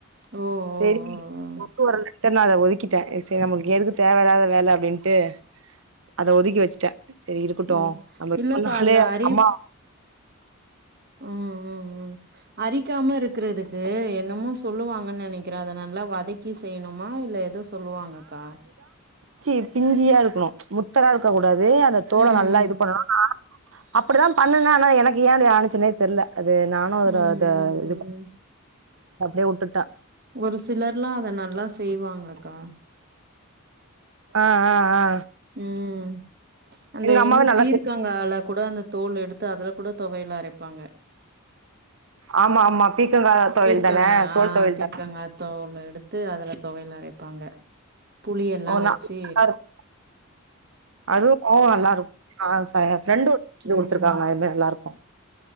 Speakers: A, on the right; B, on the right.
A: ஓ ஓ ஓ
B: சேரி கொக்கு வரல சரி நா அத ஒதுக்கிட்டே சரி நம்மளுக்கு எதுக்கு தேவையில்லாத வேல அப்படின்ட்டு அத ஒதுக்கி வச்சிட்டே சரி இருக்கட்டும்
A: ஓ ம்
B: நம்ம
A: இல்லக்கா
B: போனாலே
A: அந்த அரிப்
B: அம்மா
A: ம் ம் ம் அரி க்காம இருக்கிறதுக்கு என்னமோ சொல்லுவாங்க நெனைக்கிறே அதை நல்லா வதக்கி செய்யணுமா இல்ல எதோ சொல்லுவாங்கக்கா
B: ச்சி பிஞ்சியா இருக்கணும் முத்தரா இருக்க கூடாது அந்த தோல
A: ம்
B: நல்லா
A: ம்
B: இது பண்ணணும் அப்டிதா பண்ணுனே ஆனா எனக்கு ஏன் அது ஆனுச்சுனே தெர்ல அது நானு அதுல
A: ம்
B: அத
A: ம்
B: இது
A: ம்
B: அப்டியே விட்டுட்டே
A: ஒரு சிலர்லா அத நல்லா செய்வாங்கக்கா
B: அ அ அ
A: ம் அந்த
B: அம்மாவே
A: இன்னு
B: நல்லா
A: பீர்க்கங்கால
B: செய்
A: கூட அந்த தோல் எடுத்து அதுல கூட தொவையில அரைப்பாங்க
B: ஆமா ஆமா பீக்கங்கா தொவையல்
A: பீர்க்கங்கா
B: தான தோல்
A: ஆ
B: தொவையல்
A: பீர்க்கங்காய்
B: தான
A: தோலு எடுத்து அதுல தொவையில் அரைப்பாங்க புளியல்லா
B: ஓ
A: வச்சி
B: நா நல்லா இருக்கு அதுவு ஓ நல்லாருக்கு ஆச ஃப்ரெண்டு <inaudible> இது குடுத்துருக்காங்க
A: ம்
B: அதுமே நல்லாருக்கு